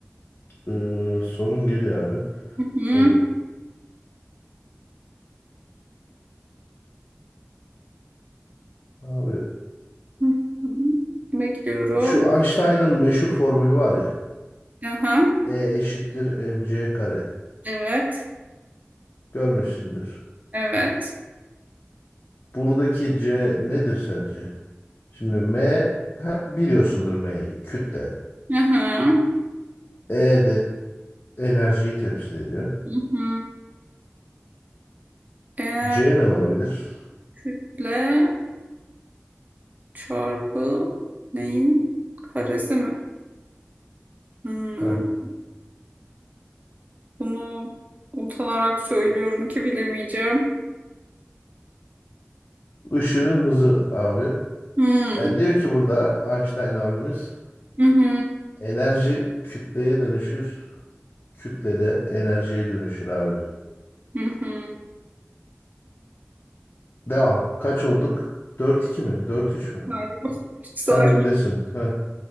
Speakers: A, on the left (about 55°); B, on the right (about 35°).
A: e, sorun geliyor abi.
B: Hı hı.
A: E, Abi
B: Hı hı. Bekliyorum.
A: şu Einstein'ın meşhur formülü var ya.
B: Aha.
A: E eşittir mc kare.
B: Evet.
A: Görmüşsündür.
B: Evet.
A: Buradaki c nedir sence? Şimdi m ha, biliyorsundur m'yi kütle.
B: Aha.
A: E de enerjiyi temsil ediyor.
B: Hı hı. Enerji
A: c ne olabilir?
B: kütle çarpı neyin karesi mi? Hmm.
A: Heh.
B: Bunu utanarak söylüyorum ki bilemeyeceğim.
A: Işığın hızı abi.
B: Hmm.
A: Yani diyor ki burada Einstein abimiz
B: Hı hı.
A: enerji kütleye dönüşür. Kütle de enerjiye dönüşür abi.
B: Hı hı.
A: Devam. Kaç olduk? Dört iki mi? Dört üç mü?
B: Harika. Güzel.
A: Sen öndesin. Heh.